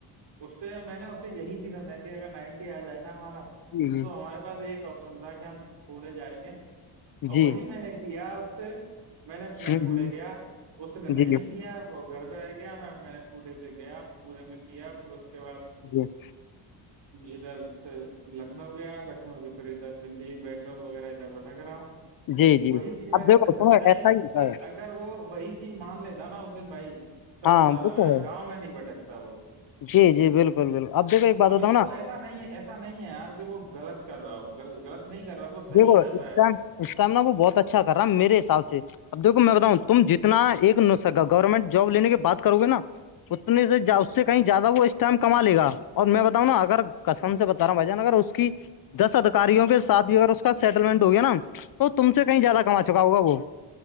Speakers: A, on the right; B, on the left.
A: اس سے میں نے اس سے یہی چیز سمجھائی تھی اگر نائنٹی آ جائے نا ہمارا
B: جی
A: تو ہمارے پاس ایک آپشن تھا کہ ہم پڑے جائیں گے اور
B: جی
A: وہی
B: جی
A: میں نے کیا اس سے میں نے میں
B: جی ہوں،
A: پڑے
B: ہوں،
A: گیا اس نے
B: جی
A: نہیں دیا <unintelligible> وہ گھر میں رہ گیا میں میں نے پورے سے گیا پورے میں کیا پھر اس کے بعد <unintelligible>
B: جی <unintelligible>
A: ادھر سے لکھنؤ گیا لکھنؤ سے پھر ادھر دی بنگلور وغیرہ ادھر بٹھا کرا ہؤں
B: جی
A: وہی
B: جی
A: چیز میں
B: اب
A: نے
B: دیکھو
A: اسے سمجھائی
B: سنو ایسا ہی ہوتا
A: کہ
B: ہے
A: ا اگر وہی چیز مان لیتا نا اس دن بھائی سچ
B: ہاں
A: بتا
B: وہ
A: رہا ہ
B: تو
A: یار
B: ہے
A: گاؤں میں نہیں بھٹکتا وہ <unintelligible>
B: جی جی بالکل بالکل اب دیکھو ایک بات
A: ابھی
B: ہوتا ہوں
A: وہ
B: نا
A: ایسا نہیں ایسا نہیں ہے یار کہ وہ غلط کر رہا ہول غلط نہیں کر رہا وہ صحیح
B: دیکھو
A: کر
B: اس
A: رہا ہے
B: ٹائم
A: <unintelligible>
B: اس کام ن وہ بہت اچھا کر رہا ہے میرے حساب سے اب دیکھو میں بتاؤں تم جتنا ایک گورنمنٹ جاب لینے کی بات کرو گے نا اتنے سے اس سے کہیں زیادہ وہ اس ٹائم کما لےا اور میں بتاؤں نا اگر کسم سے بتا رہا ہوں بھائی جان اگر اس کی دس ادھاروں کے ساتھ بھی اگر کا سیٹللمنٹ ہوگیا نا تو تم سے کہیں زیادہ کما چکا ہوگا وہ